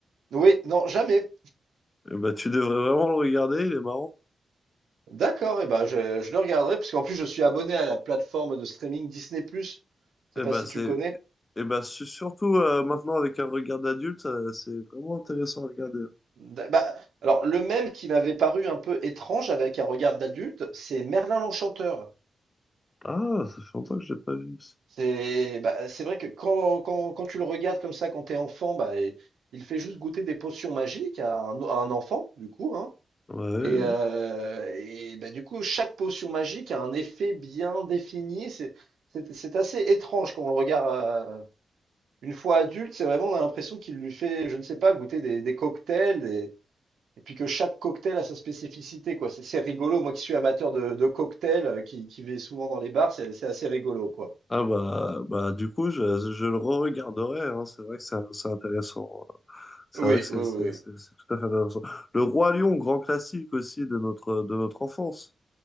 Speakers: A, on the right; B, on the left.
A: Oui, non, jamais.
B: Eh ben, tu devrais vraiment le regarder, il est marrant.
A: D'accord, et ben je, je le regarderai, parce qu'en plus, je suis abonné à la plateforme de streaming Disney+. plus. Je sais
B: Eh
A: pas
B: ben
A: si
B: c'est
A: tu connais.
B: eh ben su- surtout euh, maintenant avec un regard d'adulte, ça- c'est vraiment intéressant à regarder.
A: Da- bah, alors, le même qui m'avait paru un peu étrange avec un regard d'adulte, c'est Merlin l'Enchanteur.
B: Ah, ça fait longtemps que je l'ai pas vu. aussi.
A: C'est bah, c'est vrai que quand, quand, quand tu le regardes comme ça, quand t'es enfant, bah, et- il fait juste goûter des potions magiques à un, à un enfant, du coup, hein.
B: Ouais. ouais,
A: Et,
B: ouais.
A: euh, et, bah, du coup, chaque potion magique a un effet bien défini. C'est c'est- c'est assez étrange quand on le regarde euh, une fois adulte. C'est vraiment, on a l'impression qu'il lui fait, je ne sais pas, goûter des, des cocktails. Et puis que chaque cocktail a sa spécificité, quoi. C'est c'est rigolo. Moi qui suis amateur de, de cocktails, euh, qui, qui vais souvent dans les bars, c'est c'est assez rigolo, quoi.
B: Ah bah bah du coup je, je le re-regarderai. hein. C'est vrai que c'est c'est intéressant. hein. C'est
A: Oui,
B: vrai que c'est
A: oui, oui,
B: c'est
A: oui.
B: c'est- c'est tout à fait intéressant. Le Roi Lion, grand classique aussi de notre de notre enfance.